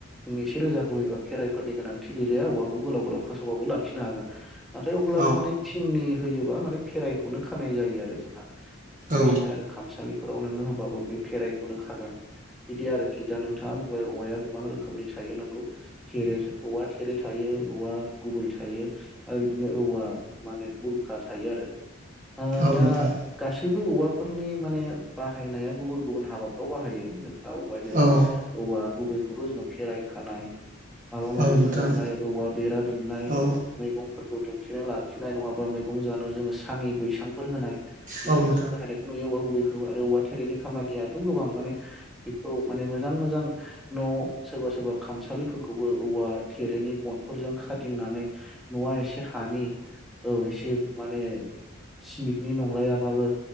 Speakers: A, in the centre; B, on the right.
A: जों एसे रोजाखौ होयोबा भेराइफोरनि गोनांथि गैलाया औवा खौ गोलाव गोलाव खासावबाबो लाखिनो हागोन नाथाय अब्लाबो
B: औ औ
A: माने थिंनि होयोबा माने फेरायखौनो खानाय जायो आरो जोंहा बांसिन
B: औ
A: आरो खामसालिफोराव नोङो होबाबो बे फेरायखौनो खागोन बिदि आरोखि दा नोंथाङा बुंबाय औवाया गोबां रोखोमनि थायो नंगौ थेरे औवा थेरे थायो औवा गुबै थायो आरो बिदिनो औवा माने बुरखा थायो आरो ओ
B: नोंथां
A: दा गासै खिनथु औवाफोरनि माने बाहायनाया गुबुन गुबुन हाबा फ्राव बाहायो नोंथाङा बुंबाय जेरै
B: औ नोंथां औ
A: औवा गुबैखौथ' जोङो फेराय खानाय माबा माबि
B: औ नोंथां
A: खालामनाय औवा बेरा दुमनाय
B: औ नोंथां औ नोंथां औ उम औ नोंथां औ उम औ नोंथां औ ओ
A: मैगंफोरखौ दुमथिना ला- खिनाय नङाबा मैगं जानो जोङो सानि बैसांफोर होनाय बेफ्राव
B: औ नोंथां औ
A: जों बाहायनायखौ नुयो औवा गुबैखौ आरो औवा थेरेनि खामानियाथ' गोबां माने बेखौ माने मोजां मोजां न' सोरबा सोरबा खामसालि फोरखौबो औवा थेरेनि बनफोरजों खादंनानै न'आ एसे हानि औ एसे माने सिमेटनि नंलायाबाबो